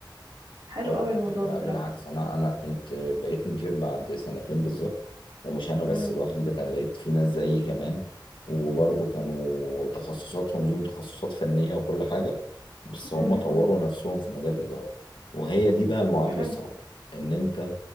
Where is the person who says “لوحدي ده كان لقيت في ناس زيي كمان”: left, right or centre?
Left